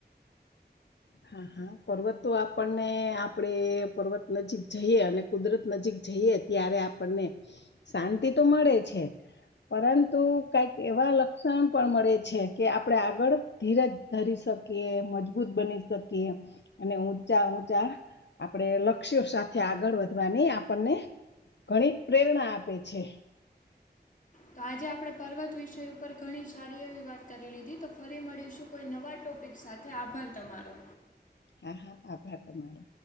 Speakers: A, on the left; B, on the left.
A: હા હા. પર્વતો આપણને આપડે પર્વત નજીક જઈએ અને કુદરત નજીક જઈએ ત્યારે આપ આપણને શાંતિ તો મળે છે. પરંતુ કઈક એવા લક્ષણ પણ મળે છે કે આપણેે આગળ ધીરજ ધરી શકીએ મજબૂત બની શકીએ અને ઊચા ઊંચા. આપણે લક્ષ્યો સાથે આગળ વધવાની આપણને ઘણી પ્રેરણા આપે છે.
B: તો આજે આપણે પર્વત વિષય ઉપર ઘણી સારી એવી વાત કરી લીધી તો ફરી મળીશું કોઈ નવા ટોપ ટપિક સાથે આભાર તમારો.
A: હા હા આભાર તમારો